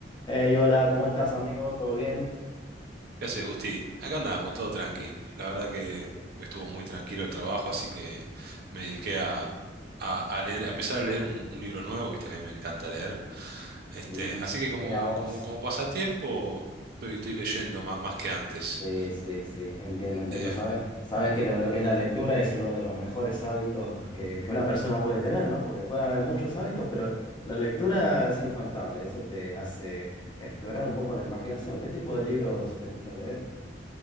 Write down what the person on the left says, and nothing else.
Hey, hola, ¿cómo estás, amigo? ¿Todo bien?
Mm,
Mira vos.
Sí, sí, sí, entiendo, entiendo.
Sabes, sabes que lo, lo que es la lectura es uno de los mejores hábitos que, que una persona puede tener, ¿no? Porque puede haber muchos hábitos, pero la lectura es infaltable. Eso te hace explorar un poco la imaginación. ¿Qué tipo de libros te gusta leer?